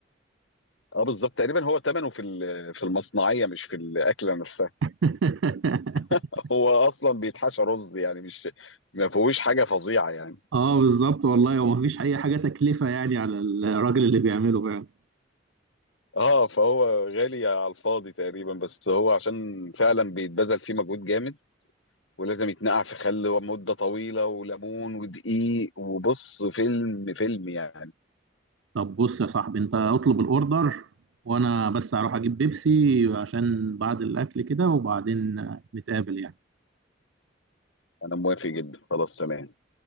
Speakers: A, on the left; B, on the right.
A: اه بالظبط تقريبا هو ثمنه في ال- في المصنعيه مش في الاكله نفسها
B: <laughs>
A: <laughs> هو اصلا بيتحشى رز يعني مش ما فيهوش حاجه فظيعه يعني
B: اه بالظبط والله ومفيش اي حاجة تكلفة يعني على الراجل اللي بيعمله فعلا
A: اه فهو غالي على الفاضي تقريبا بس هو عشان فعلا بيتبذل فيه مجهود جامد ولازم يتنقع في خل مده طويله وليمون ودقيق وبص فيلم فيلم يعني
B: طب بص يا صاحبي انت اطلب الاوردر وانا بس هروح اجيب بيبسي عشان بعد الاكل كده وبعدين نتقابل يعني
A: انا موافق جدا خلاص تمام